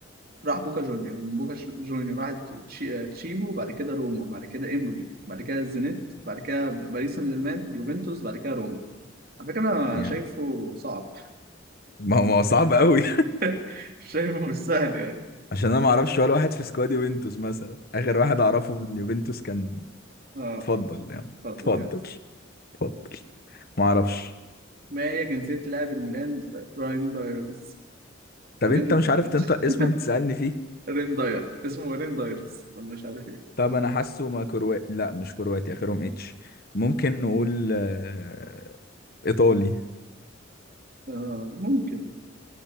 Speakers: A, on the right; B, on the left.
A: راح بوكا جونيور ومن بوكا ش- جونيور راح تشي- تشيبو بعد كده روما بعد كده امبولي بعد كده الزينيت بعد كده باريس سان جيرمان يوفنتوس بعد كده روما على فكره انا
B: يعني
A: شايفه صعب
B: ما ما هو صعب قوي
A: <laughs> شايفه مش سهل يعني
B: عشان انا ما اعرفش ولا واحد في سكواد يوفنتوس مثلا اخر واحد اعرفه من يوفنتوس كان
A: اه
B: اتفضل يعني
A: اتفضل
B: اتفضل
A: يعني
B: اتفضل ما اعرفش
A: ما هي جنسية لاعب الميلان راين دايرز
B: طب
A: رين
B: انت مش عارف تنطق
A: <laughs>
B: اسمه بتسألني فيه
A: رين داير اسمه رين دايرز ولا مش عارف إيه.
B: طب انا حاسه ما كرواتي لا مش كرواتي اخرهم اتش ممكن نقول آه، ايطالي
A: آه ممكن